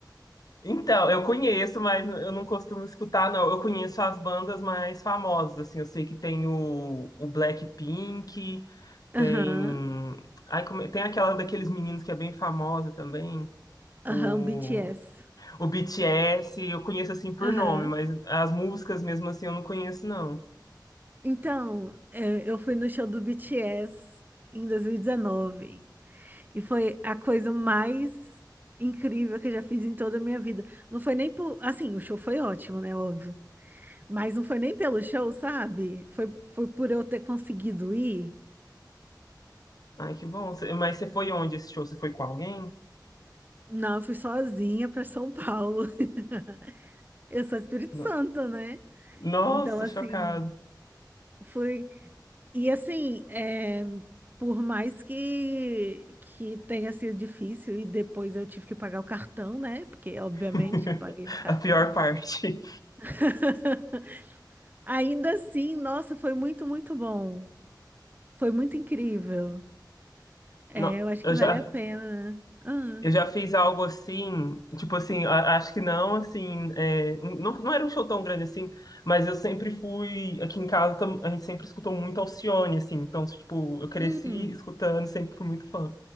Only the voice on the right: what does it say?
Aham,
aham, o BTS.
Aham.
Então, é, eu fui no show do BTS em 2019 e dezenove e foi a coisa mais incrível que eu já fiz em toda a minha vida. Não foi nem por. Assim, o show foi ótimo, né? Óbvio. Mas não foi nem pelo show, sabe? Foi, foi por eu ter conseguido ir.
Não, eu fui sozinha para São Paulo. <laughs> Eu sou Espírito
Santo, né?
Então, assim,
fui. E, assim, é, por mais que, que tenha sido difícil, e depois eu tive que pagar o cartão, né? Porque, obviamente,
eu paguei no cartão.
<laughs> Ainda assim, nossa, foi muito, muito bom. Foi muito incrível. É,
eu acho
que vale
a pena. Ah,
hum,